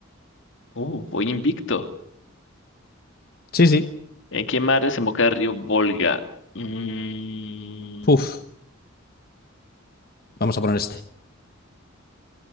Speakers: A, on the left (about 60°); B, on the left (about 45°).
A: Uh, voy invicto.
B: Sí, sí.
A: ¿En qué mar desemboca el río Volga? Mm,
B: Puf. Vamos a poner este.